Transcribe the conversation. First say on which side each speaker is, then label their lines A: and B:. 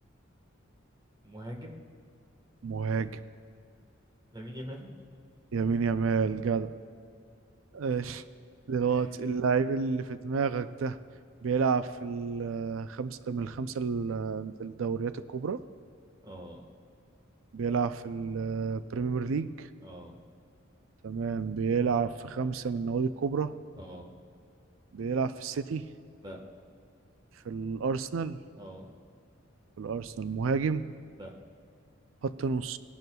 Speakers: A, on the right (about 20°); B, on the right (about 80°).
A: مهاجم
B: مهاجم
A: لامين يامال
B: يمين يامال جدع ماشي دلوقتي
A: <laughs>
B: اللاعب اللي في دماغك ده بيلعب في الخمس من الخمسة ال- الدوريات الكبرى
A: اه
B: بيلعب في البريمير ليج
A: اه
B: تمام بيلعب في خمسة من النوادي الكبرى
A: اه
B: بيلعب في السيتي
A: لا
B: في الأرسنال
A: اه
B: في الأرسنال مهاجم
A: لا
B: خط نص